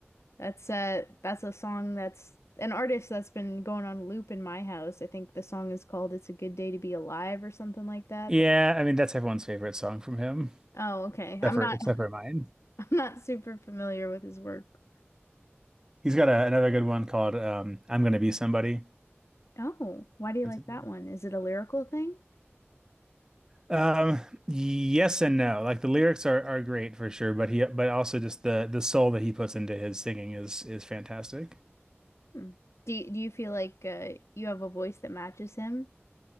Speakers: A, on the left; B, on the right.
A: That's uh that's a song that's an artist that's been going on loop in my house. I think the song is called It's a Good Day to Be Alive or something like that.
B: Yeah,
A: The-
B: I mean that's everyone's favorite song from him,
A: Oh, okay.
B: except
A: I'm
B: for
A: not
B: except
A: <laughs>
B: for mine.
A: I'm not super familiar with his work.
B: He's got a, another good one called um, "I'm Gonna Be Somebody."
A: Oh, why do you
B: That's
A: like
B: a good
A: that
B: one.
A: one? Is it a lyrical thing?
B: Um, yes and no. Like the lyrics are are great for sure, but he but also just the the soul that he puts into his singing is is fantastic.
A: Hmm. Do you, do you feel like uh, you have a voice that matches him?